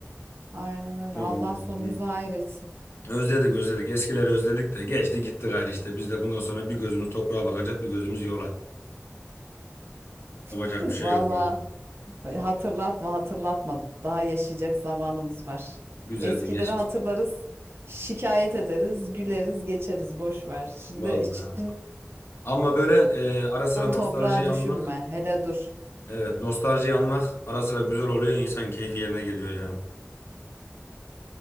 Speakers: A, on the right; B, on the left.
A: Aynen öyle.
B: Vallahi.
A: Allah sonumuzu hayretsin.
B: Özledik özledik. Eskileri özledik de geçti gitti gayrı işte. Biz de bundan sonra bir gözümüz toprağa bakacak, bir gözümüz yola. Yapacak
A: <laughs>
B: bir şey
A: Valla
B: yok. yani.
A: hatırlatma hatırlatma. Daha yaşayacak zamanımız var.
B: Güzeldi
A: Eskileri
B: geçmiş.
A: hatırlarız. Şikayet ederiz, güleriz, geçeriz. Boş ver. Şimdi,
B: Vallahi. abi.
A: şimdi
B: Ama böyle e, ara sıra nostaljiyi
A: toprağa düşünme.
B: anmak,
A: Hele dur.
B: evet nostaljiyi anmak ara sıra güzel oluyor. İnsan keyfi yerine geliyor ya.